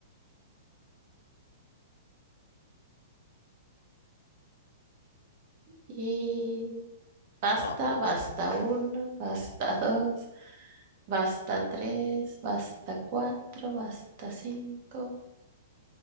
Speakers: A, on the right (about 40°); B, on the left (about 80°).
A: Y basta,
B: No, puede
A: basta
B: ser.
A: uno, basta dos, basta tres, basta cuatro, basta cinco,